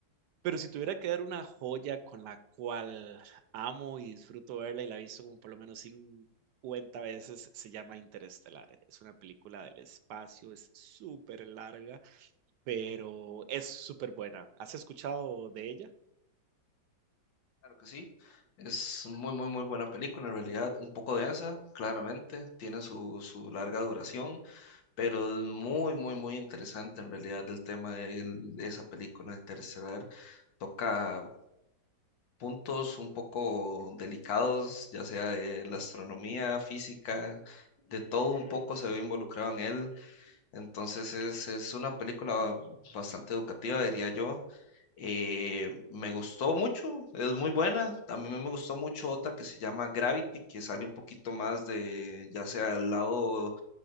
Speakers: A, on the right (about 70°); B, on the left (about 85°).
A: Pero si tuviera que dar una joya con la cual amo y disfruto verla y la he visto como por lo menos 50 veces, se llama Interestelar. Es una película del espacio, es súper larga, pero es súper buena. ¿Has escuchado de ella?
B: Claro que sí, es muy, muy, muy buena película en realidad, un poco densa, claramente, tiene su, su larga duración, pero es muy, muy, muy interesante en realidad el tema de el- esa película Interestelar, toca... puntos un poco delicados, ya sea de la astronomía, física, de todo un poco se ve involucrado en él. Entonces es, es una película bastante educativa, diría yo. Eh, me gustó mucho, es muy buena. También me gustó mucho otra que se llama Gravity, que sale un poquito más de, ya sea el lado